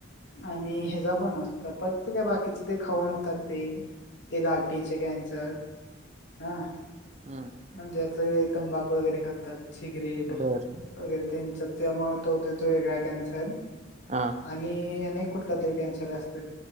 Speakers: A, on the left (about 65°); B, on the right (about 35°).
A: आणि ह्याचा पण असत प्रत्येका बाकीचे ते खाऊन होतात ते ते गाठीचे कॅन्सर. हा.
B: हम्म.
A: म्हणजेच तंबाखू वगैरे खातात. सिगरेट वगैरे
B: बरं.
A: त्यांच्या त्यामुळे तो होते तो वेगळा कॅन्सर.
B: हा.
A: आणि अनेक कुठला तरी कॅन्सर असतोय.